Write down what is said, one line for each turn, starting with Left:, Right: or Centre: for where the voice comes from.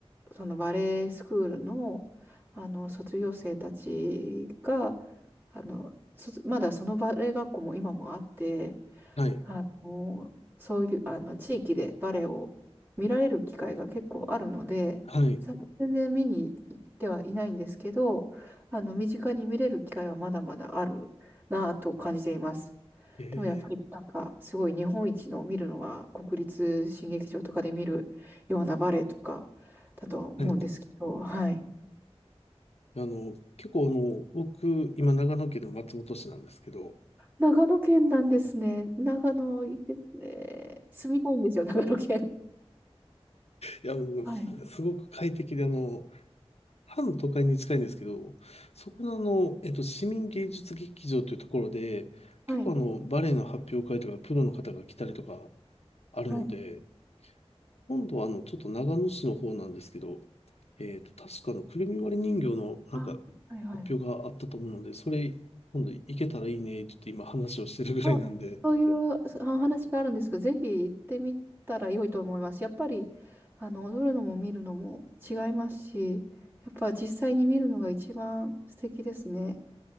Right: そのバレエスクールの、あの、卒業生たちが、あの、卒まだそのバレエ学校も今もあって、
Left: はい。
Right: あの、そういう、あの、地域でバレエを見られる機会が結構あるので、
Left: はい。
Right: さ全然見に行ってはいないんですけど、あの、身近に見れる機会はまだまだあるなぁと感じています。
Left: え
Right: でもやっぱりなんか、すごい日本一の見るのは国立新劇場とかで見るようなバレエとかだと思うんですけど、
Left: ーはい
Right: はい。
Left: あの、結構あの、僕、今長野県の松本市なんですけど、
Right: 長野県なんですね。長野いいですね。住みたいんですよ、長野県。
Left: いや、もう、
Right: はい。
Left: すごく快適で、あの、半都会に近いんですけど、そこのあの、えっと、市民芸術劇場というところで、
Right: はい。
Left: 結構あの、バレエの発表会とか、プロの方が来たりとかあるので、
Right: はい
Left: 今度はあの、ちょっと長野市の方なんですけど、えっと、確かあの、くるみ割り人形のなんか、
Right: あ、はいはい。
Left: 発表があったと思うので、それ、今度行けたらいいね、って言って今話をしてるぐらいなんで、
Right: あそういうそお話があるんですけど、ぜひ行ってみたら良いと思います。やっぱり、あの、踊るのも見るのも違いますし、やっぱ実際に見るのが一番素敵ですね。